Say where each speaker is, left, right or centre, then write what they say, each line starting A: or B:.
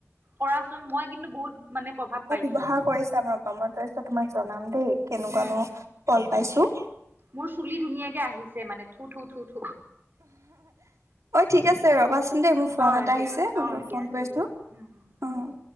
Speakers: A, on the right; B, on the right.
A: কৰাচোন মই কিন্তু বহুত মানে পাইছো
B: মই ব্যৱহাৰ কৰিচাম ৰবা! মই তাৰপিছত তোমাক জনাম দেই। কেনেকুৱা
A: উম
B: ন'? <unintelligible> পাইছোঁ।
A: মোৰ চুলি ধুনীয়াকে আহিছে মানে, থু থু থু থু।
B: অ' ঠিক আছে ৰবাচোন দেই মোৰ ফোন
A: অ
B: এটা
A: দিয়া
B: আহিছে। মই
A: অ
B: তোমাক
A: দিয়া
B: ফোন কৰি
A: ঠিক
B: আছোঁ,
A: আছে উম উম হ'ব
B: অ'।
A: দিয়া